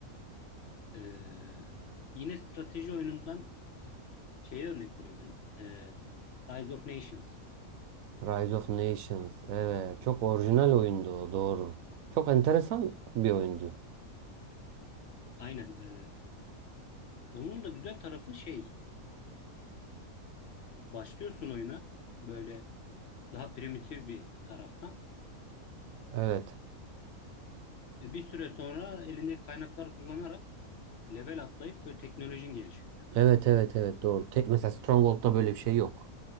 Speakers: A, on the left; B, on the right.
A: e, yine strateji oyunundan şeye örnek verebilirim. E, Rise of Nations.
B: Rise of Nations. Evet. Çok orijinal oyundu o. Doğru. Çok enteresan bir oyundu.
A: Aynen. e, onun da güzel tarafı şey. Başlıyorsun oyuna. Böyle daha primitif bir taraftan.
B: Evet.
A: E, bir süre sonra elindeki kaynakları kullanarak level atlayıp böyle teknolojin gelişiyor.
B: Evet evet evet doğru. Tek, mesela Stronghold'da böyle bir şey yok.